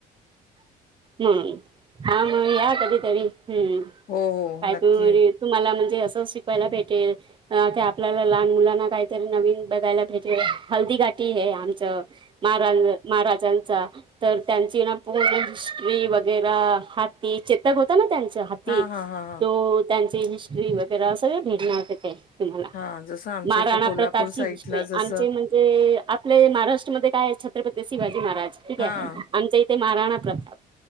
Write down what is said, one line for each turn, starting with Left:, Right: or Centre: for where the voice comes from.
Right: हम् हा मग या कधीतरी हम्म
Left: हो, हो.
Right: काय
Left: नक्की.
Right: तु तुम्हाला म्हणजे असं शिकवायला भेटेल. अ ते आपल्याला लहान मुलांना काहीतरी नवीन बघायला पाहिजे हल्दी गाठी हे आमचं महारा महाराजांचा तर त्यांची ना. <unintelligible> वगैरे हाती चेतक होता ना त्यांच ह ती,
Left: हां, हां, हां, हां.
Right: तो त्यांचे हिस्ट्री वगैरे सगळ भेटणार ते. तुम्हाला
Left: हां, जसं आमच्या
Right: महाराणा
Left: इथे कोल्हापूर
Right: प्रतापची
Left: साइडला
Right: वि
Left: जसं
Right: आमचे म्हण ते आपले महाराष्ट्रामध्ये काय आहे छत्रपती शिवाजी महाराज ठीक आहे
Left: हां,
Right: आमच्या इ ते महाराणा प्रताप.